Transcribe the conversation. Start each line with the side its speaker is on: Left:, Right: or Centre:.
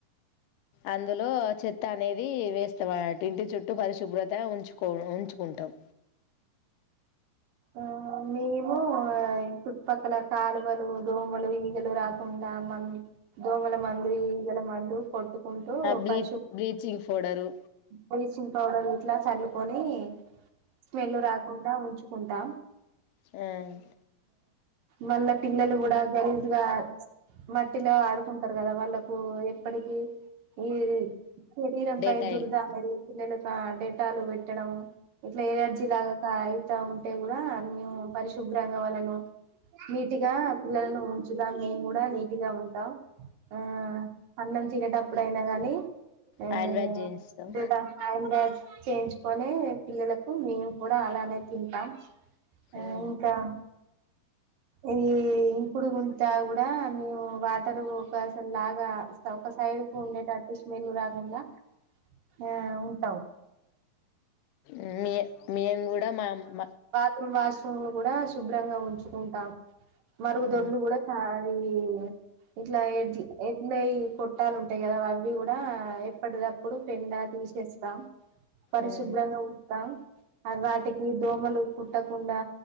Left: అందులో చెత్త అనేది వేస్తాం అన్నట్టు ఇంటి చుట్టూ పరిశుభ్రత ఉంచుకో ఉంచుకుంటాం
Right: ఆ మేము ఇప్పుడు పక్కన కాలువలు దోమలు ఈగలు రాకుండా మ దోమల మందు ఈగల మందు కోట్టుకుంటూ
Left: బ్లీ
Right: పరిశు
Left: బ్లీచింగ్ పౌడరు
Right: బ్లీచింగ్ పౌడర్ ఇలా చల్లుకొని స్మెల్ రాకుండా ఉంచు ఉంటా
Left: ఉమ్
Right: మళ్ళ పిల్లలు కూడా గలి ఇగా మట్టిలో ఆడుకుంటరు కదా వాళ్ళకు ఎప్పటికిీ ఇది ఈ శరీరంపై
Left: డేటాయిలు
Right: దుర్ద అనేది పిల్లల ఆ డెటాలు పెట్టడం ఇట్ల ఎనర్జీ లాగా కాయ్ ఆ ఉంటే కూడా మేము పరిశుభ్రంగా వాళ్ళను నీటిగా పిల్లలను ఉంచుతం మేము కూడా నీటిగా ఉంటాం ఉమ్ అన్నం తినేటప్పుడు అయినా గాని ఉమ్
Left: హ్యాండ్ వాష్ చేయిస్తాం
Right: డేటా ఫైనలేజ్ చేయించుకొనే పిల్లలకు మేము కూడా అలానే తింటాం
Left: ఉమ్
Right: మ్ ఇంకా ఈ ఇంకుడు గుంతా కు ఆ మేము వాటర్ ఒక అసలు లాగా ఒక సైడ్ కు ఉండేటట్టు స్మెల్ రాకుండా ఆ ఉంటాం
Left: అ మీ మేము కూడా మా అమ్మ
Right: ము వాష్రూంలు కూడా శుభ్రంగా ఉంచుకుంటాం మరుగు దొడ్లు
Left: ఆ
Right: కూడా కాయీ ఇట్లా ఎడ్ ఎడ్లయి కొట్టాలు ఉంటాయి కదా అవి కూడా ఎప్పటికప్పుడు పెండా తీసేస్తాం పరిశుభ్రంగా
Left: ఉమ్
Right: ఉత్తాం అ వాటికి దోమలు కుట్టకుండా